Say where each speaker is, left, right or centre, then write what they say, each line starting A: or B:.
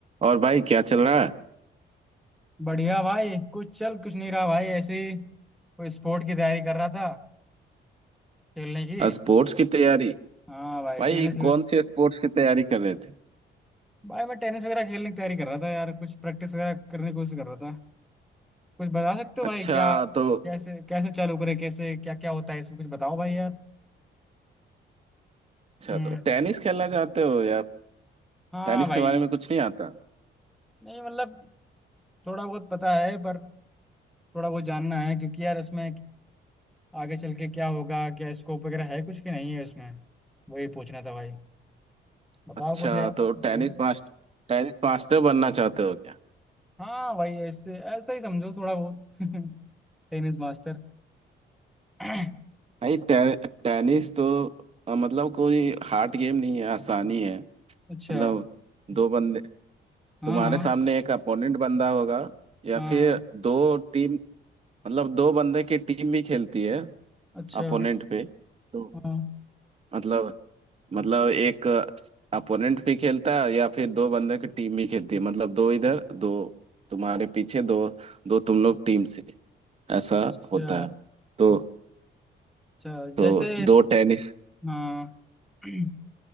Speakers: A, on the right; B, in the centre.
A: और भाई क्या चल रहा है
B: बढ़िया भाई कुछ चल कुछ नहीं रहा भाई ऐसे ही कोई स्पोर्ट की तैयारी कर रहा था खेलने की
A: स्पोर्ट्स की तैयारी
B: हाँ भाई
A: भाई
B: टेनिस
A: कौन से स्पोर्ट्स की तैयारी कर रहे थे
B: भाई मैं टेनिस वगैरह खेलने की तैयारी कर रहा था यार कुछ प्रैक्टिस वगैरह करने की कोशिश कर रहा था कुछ बता सकते हो
A: अच्छा
B: भाई क्या
A: तो
B: कैसे कैसे चालू करे कैसे क्या क्या होता है इसमें कुछ बताओ भाई यार
A: अच्छा
B: हम्म
A: तो टेनिस खेलना चाहते हो या
B: हाँ
A: टेनिस
B: भाई
A: के बारे में कुछ नहीं आता
B: नहीं मतलब थोड़ा बहुत पता है पर थोड़ा बहुत जानना है क्योंकि यार इसमें आगे चल के क्या होगा क्या स्कोप वगैरह है कुछ कि नहीं है इसमें वही पूछना था भाई बताओ
A: अच्छा
B: कुछ यार
A: तो
B: आगे
A: टेनिस मास्टर टेनिस मास्टर बनना चाहते हो क्या
B: हाँ भाई ऐसे ऐसा ही समझो थोड़ा बहुत <laughs> Tennis master <clears throat>
A: भाई टे, टेनिस तो अ, मतलब कोई हार्ड गेम नहीं है आसानी है
B: अच्छा
A: मतलब दो बंदे
B: हाँ
A: तुम्हारे
B: हाँ
A: सामने एक अपोनेंट बंदा होगा या
B: हाँ
A: फिर दो टीम मतलब दो बंदे की टीम भी खेलती है
B: अच्छा
A: अपोनेंट पे तो
B: हाँ
A: मतलब मतलब एक अपोनेंट भी खेलता है या फिर दो बंदे की टीम भी खेलती है मतलब दो इधर दो तुम्हारे पीछे दो दो तुम लोग टीम से ऐसा
B: अच्छा
A: होता है तो
B: अच्छा
A: तो
B: जैसे
A: दो टेनिस
B: हाँ <clears throat>